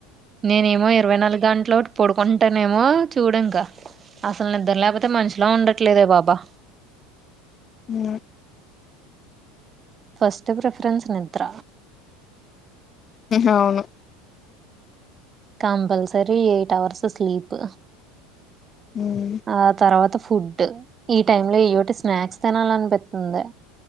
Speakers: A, on the right; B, on the left.
A: నేనేమో ఇరవై నాలుగు గంటలోటి పడుకుంటానేమో చూడు ఇంకా అసలు నిద్ర లేకపోతే మనుషిలో ఉండట్ ఇట్లేద బాబా
B: అమ్
A: ఫస్ట్ ప్రిఫరెన్స్ నిద్ర
B: అవును
A: కంపల్సరీ ఎయిట్ హవర్స్ స్లీప్
B: ఉమ్. ఉమ్,
A: ఆ తర్వాత ఫుడ్ ఈ టైమ్ లో ఏయోటి స్నాక్స్ తినాలి అనిపిస్తుంది